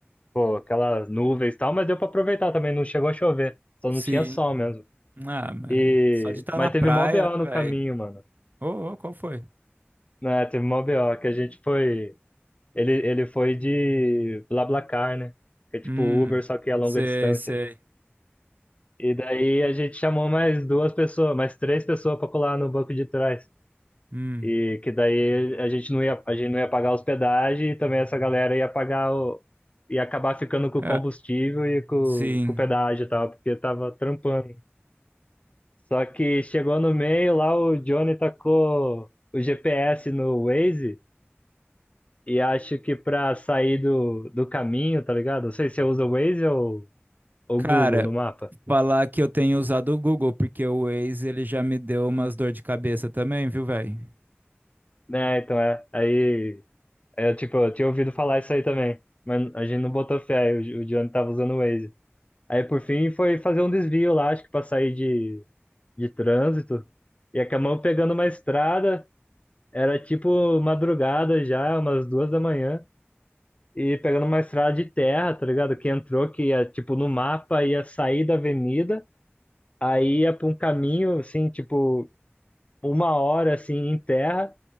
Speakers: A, on the left; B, on the right.
A: pô, aquelas nuvens e tal, mas deu pra aproveitar também, não chegou a chover, só
B: Sim.
A: não tinha sol mesmo.
B: Ah, mas
A: E,
B: só de estar
A: mas
B: na praia,
A: teve mó BO
B: né,
A: no
B: velho?
A: caminho, mano.
B: Ô, ô, qual foi?
A: Né, teve mó BO, que a gente foi, ele, ele foi de BlaBlaCar, né? Que é tipo
B: Hum.
A: Uber, só que a longa
B: Sei,
A: distância.
B: sei.
A: E daí a gente chamou mais duas pessoas, mais três pessoas para colar no banco de trás.
B: Hum.
A: E que daí a gente não ia, a gente não ia pagar a hospedagem e também essa galera ia pagar o, ia acabar ficando com o
B: É,
A: combustível e com,
B: sim.
A: com o pedágio e tal, porque tava trampando. Só que chegou no meio lá, o Johnny tacou o GPS no Waze e acho que pra sair do, do caminho, tá ligado? Não sei se você usa o Waze ou ou
B: Cara,
A: o Google no mapa.
B: falar que eu tenho usado o Google, porque o Waze, ele já me deu umas dor de cabeça também, viu, velho?
A: Né, então é. Aí Aí eu, tipo, eu tinha ouvido falar isso aí também. Mas a gente não botou fé, aí o, o Johnny tava usando o Waze. Aí por fim foi fazer um desvio lá, acho que pra sair de, de trânsito. E acabamos pegando uma estrada, era tipo madrugada já, umas duas da manhã. E pegando uma estrada de terra, tá ligado? Que entrou, que ia, tipo, no mapa ia sair da avenida, aí ia pra um caminho, assim, tipo, uma hora, assim, em terra.